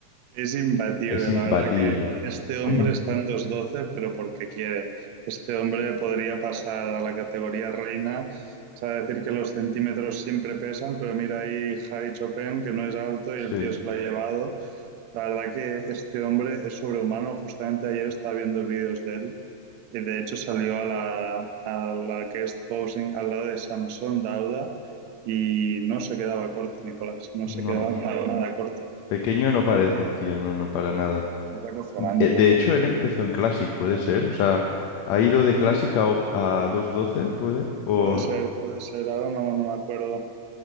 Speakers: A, on the right (about 70°); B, on the left (about 70°).
A: Es imbatible.
B: Es imbatible.
A: La verdad que este hombre
B: <clears throat>
A: está en dos doce pero porque quiere. Este hombre podría pasar a la categoría reina. O sea, decir que los centímetros siempre pesan, pero mira ahí Javi Chopin, que no es alto
B: Sí.
A: y el tío se lo ha llevado. La verdad que este hombre es sobrehumano. Justamente ayer estaba viendo vídeos de él Y de hecho salió a la, a la guest posing al lado de Samson Dauda y no se quedaba corto, Nicolás, no
B: No,
A: se quedaba para nada corto.
B: Pequeño no parece el tío, no, no, para nada.
A: Es acojonante.
B: De, de hecho, él empezó en Classic, puede ser. O sea, ha ido de Classic a, op- a dos doce, puede. O...
A: Puede ser, puede ser, ahora no, no me acuerdo.